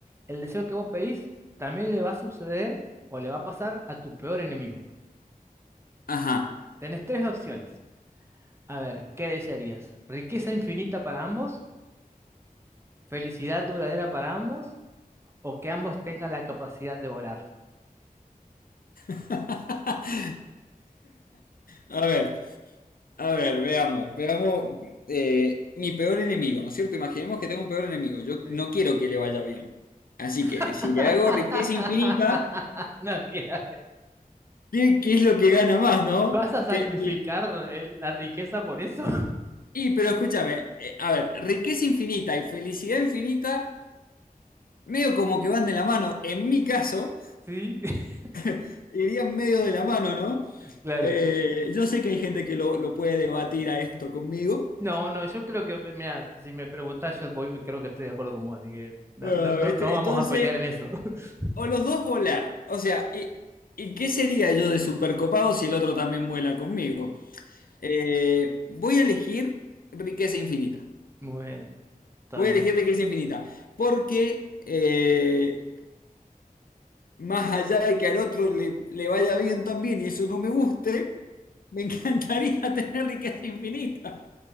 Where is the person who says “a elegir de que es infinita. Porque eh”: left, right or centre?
Left